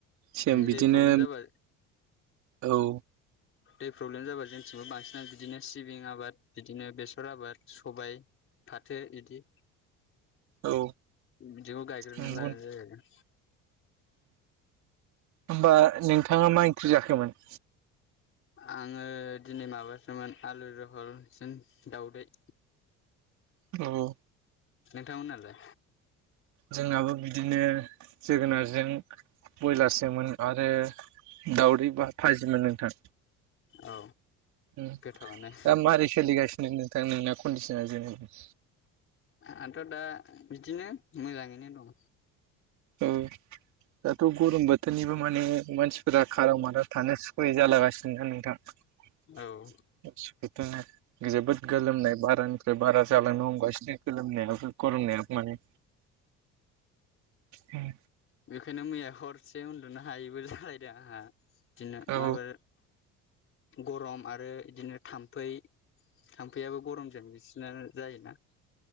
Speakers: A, on the right; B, on the left.
A: सेम
B: दै
A: बिदिनो
B: प्रब्लेम जाबा
A: औ
B: दै प्रब्लेम जाबा जोंथिंबो बांसिनानो बिदिनो सिबिं आबाद बिदिनो बेसर आबाद सबाय फाथो इदि
A: औ
B: बिदिखौ गायगोरोना
A: नंगौ
B: लानाय जायो
A: होमबा नोंथाङा मा इंख्रि जाखोमोन?
B: आङो दिनै माबासोमोन आलु जहल सोन दाउदै
A: औ
B: थां मोनालाय
A: जोंनाबो बिदिनो जोगोनारजों बयलारजों मोन आरो दावदै बा फाजिमोन नोंथां।
B: औ
A: उम
B: गोथावानो
A: दा मारै सोलि गासिनो नो थां नोंना कन्दिसना जेनेबा
B: आंथ' दा बिदिनो मोजाङैनो दं।
A: औ दाथ' गरम बोथोरनिबो माने मानसिफोरा खाराव माराव थानो सुख बोरै जालागासिनो नोंथां ओदस
B: औ
A: बिदिनो जोबोद गोलोमनाय बारानिफ्राय बारा जालांनो हमगासिनो गोलोमनायाबो गरमनाया माने उम
B: बेखायनो मैया हरसे उनदुनो हायैबो जालायदों आंहा दिनो
A: औ
B: माबो गरम आरो इदिनो थामफै थामफैयाबो गरमजों बिसिनानो जायोना